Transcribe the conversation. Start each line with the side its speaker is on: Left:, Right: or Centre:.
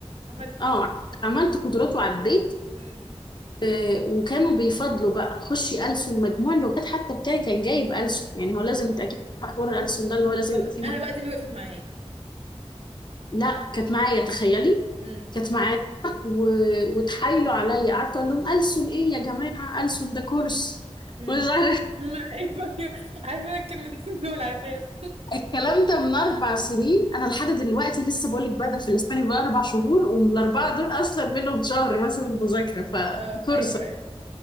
Right: عملت
Left: اه عملت قدرات وعديت
Right: مم.
Left: آه، وكانوا بيفضلوا بقى خشي ألسن مجموع اللغات حتى بتاعي كان جايب ألسن يعني هو
Right: مم.
Left: لازم انت اكيد عارفة حوار الألسن ده اللي هو لازم
Right: بالظبط
Left: يبقى فيه مجموع.
Right: انا بقى دي اللي وقفت معايا
Left: لا كانت معايا تخيلي
Right: مم.
Left: كانت معايا و... وتحايلوا عليا قعدت اقول لهم ألسن ايه يا جماعة ألسن ده كورس
Right: مم. مم.
Left: مش عارف <laughs>
Right: <laughs> ايوه ايوه عارفه انا الكلمتين دول عارفاهم <laughs>
Left: الكلام ده من اربع سنين انا لحد دلوقتي لسه بقول لك بادئه في الاسباني بقى اربع شهور ومن الاربعه دول اصلا منهم شهر مثلا مذاكره فكورس
Right: اه ايوه